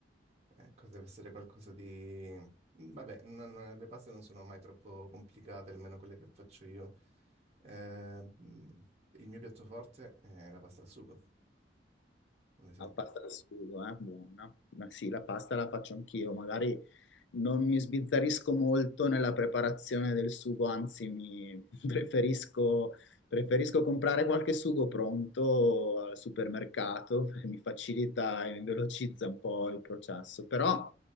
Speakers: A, on the right (about 35°); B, on the left (about 80°).
A: ecco, deve essere qualcosa di... Vabbè, non- le paste non sono mai troppo complicate, almeno quelle che faccio io. Eh, mm, il mio piatto forte è la pasta al sugo, un esempio.
B: La pasta al sugo, eh? Buona. Ma sì, la pasta la faccio anch'io, magari... non mi sbizzarrisco molto nella preparazione del sugo, anzi mi <laughs> preferisco, preferisco comprare qualche sugo pronto al supermercato, <laughs> perché mi facilita e mi velocizza un po' il processo, però